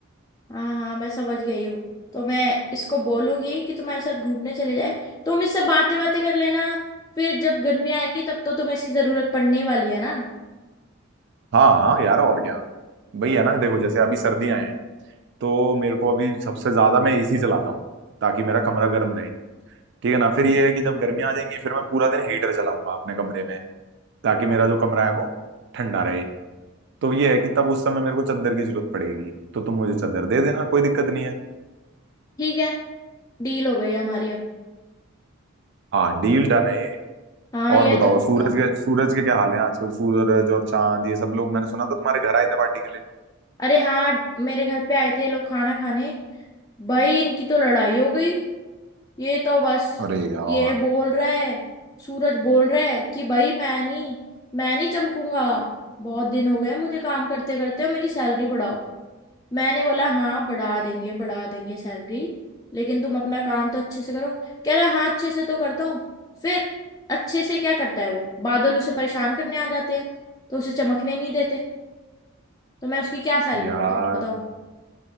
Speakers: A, on the left; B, on the right.
A: हाँ हाँ मैं समझ गई हूँ तो मैं इसको बोलूंगी कि तुम्हारे साथ घूमने चले जाए तुम इससे बातें बातें कर लेना फिर जब गर्मी आएंगी तब तो तुम्हें इसकी जरूरत पड़ने ही वाली है ना
B: हाँ यार और क्या वही है ना देखो जैसे अभी सर्दियां हैं तो मेरे को अभी सबसे ज्यादा मैं एसी चलाता हूँ ताकि मेरा कमरा गर्म रहे ठीक है ना फिर ये है कि जब गर्मियाँ आ जाएंगी फिर मैं पूरा दिन हीटर चलाऊंगा अपने कमरे में ताकि मेरा जो कमरा है वो ठंडा रहे तो ये है कि तब उस समय मेरे को चादर की जरूरत पड़ेगी तो तुम मुझे चादर दे देना कोई दिक्कत नहीं है
A: ठीक है डील हो गई हमारी अब
B: हाँ डील डन है
A: हाँ
B: और
A: ये
B: बताओ
A: तो
B: सूरज
A: पक्का
B: के सूरज के क्या हाल है आजकल सूरज और चांद ये सब लोग मैंने सुना था तुम्हारे घर आए थे पार्टी के लिए
A: अरे हाँ मेरे घर पे आए थे ये लोग खाना खाने भाई इनकी तो लड़ाई हो गई ये तो बस
B: अरे यार
A: ये बोल रहा है सूरज बोल रहा है कि भाई मैं नहीं मैं नहीं चमकूंगा बहुत दिन हो गए मुझे काम करते करते मेरी सैलरी बढ़ाओ मैंने बोला हाँ बढ़ा देंगे बढ़ा देंगे सैलरी लेकिन तुम अपना काम तो अच्छे से करो कह रहा हाँ अच्छे से तो करता हूँ फिर अच्छे से क्या करता है वो बादल उसे परेशान करने आ जाते हैं तो उसे चमकने नहीं देते तो मैं उसकी क्या सैलरी
B: यार
A: बढ़ाऊं बताओ